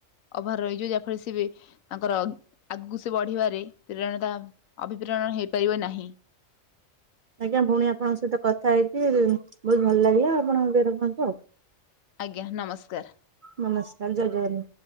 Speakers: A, on the left; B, on the right.
A: ଅଭାର ରହିଯିବ ଯାହାଫଳରେ ସିଏ ବି ତାଙ୍କର ଆଗକୁ ସେ ବଢିବାରେ ପ୍ରେରଣତା ଅଭିପ୍ରେରଣ ହେଇପାରିବ ନାହିଁ।
B: ଆଜ୍ଞା ଭଉଣୀ ଆପଣଙ୍କ ସହିତ କଥା ହେଇକି ବହୁତ ଭଲ ଲାଗିଲା ଆପଣ ଏବେ ରଖନ୍ତୁ ଆଉ।
A: ଆଜ୍ଞା ନମସ୍କାର।
B: ନମସ୍କାର ଜୟ ଜଗନ